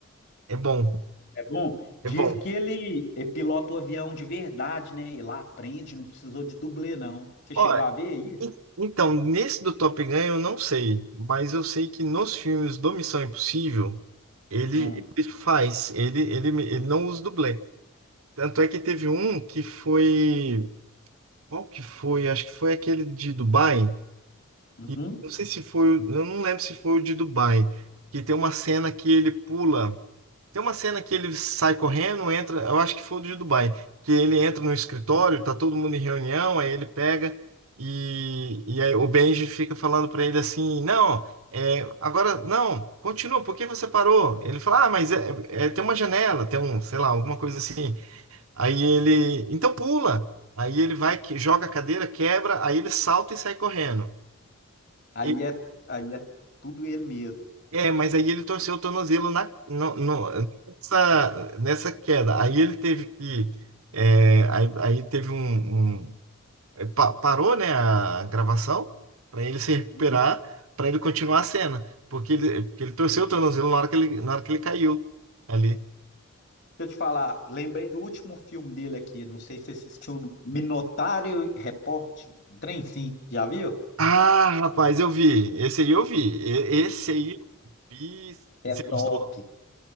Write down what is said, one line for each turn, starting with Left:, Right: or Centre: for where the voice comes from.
Right: é bom,
Left: É bom? Diz
Right: é bom.
Left: que ele é, pilota o avião de verdade, né? Ele lá aprende, não precisou de dublê, não. Você chegou
Right: Ó,
Left: a ver isso?
Right: en- então, nesse do Top Gun eu não sei, mas eu sei que nos filmes do Missão Impossível, ele,
Left: Hum.
Right: ele faz, ele, ele, ele não usa dublê. Tanto é que teve um que foi. Qual que foi? Acho que foi aquele de Dubai.
Left: Uhum.
Right: E não sei se foi, o- eu não lembro se foi o de Dubai. Que tem uma cena que ele pula. Tem uma cena que ele sai correndo, entra. Eu acho que foi o de Dubai. Que ele entra no escritório, tá todo mundo em reunião, aí ele pega e, e aí o Benji fica falando pra ele assim: Não, é, agora não, continua, por que você parou? Ele fala: Ah, mas é, é- tem uma janela, tem um, sei lá, alguma coisa assim. Aí ele, então pula. Aí ele vai, que- joga a cadeira, quebra, aí ele salta e sai correndo.
Left: Aí
Right: E-
Left: é, aí é tudo ele mesmo.
Right: é, mas aí ele torceu o tornozelo na, no- no- nessa, nessa queda. Aí ele teve que, é, aí, aí teve um, um- é, pa- parou, né, a gravação para ele se recuperar,
Left: Hum?
Right: para ele continuar a cena, porque ele, porque ele torceu o tornozelo na hora que ele, na hora que ele caiu ali.
Left: Deixa eu te falar, lembrei do último filme dele aqui, não sei se você assistiu, Minotário Report, um trem sim, já viu?
Right: Ah, rapaz, eu vi. Esse aí eu vi. E- Esse aí eu vi.
Left: É
Right: Você
Left: top.
Right: gostou?